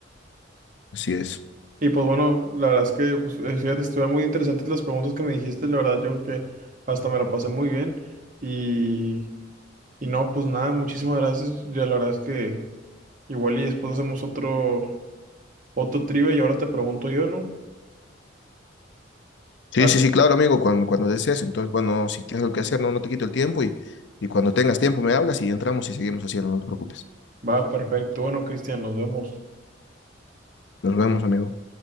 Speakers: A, on the left; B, on the right.
A: Así es.
B: Y pues bueno, la verdad es que, pues, eh, fíjate, estuvieron muy interesantes las preguntas que me dijiste, la verdad yo creo que hasta me la pasé muy bien. Y, y no, pues nada, muchísimas gracias. Ya la verdad es que igual y después hacemos otro, otro trivia y ahora te pregunto yo, ¿no?
A: Sí,
B: Ah,
A: sí, sí, claro, amigo, cuando, cuando desees. Entonces, bueno, si tienes algo que hacer, no, no te quito el tiempo y, y cuando tengas tiempo me hablas y entramos y seguimos haciendo, no te preocupes.
B: Va, perfecto. Bueno, Cristian, nos vemos.
A: Nos vemos, amigo.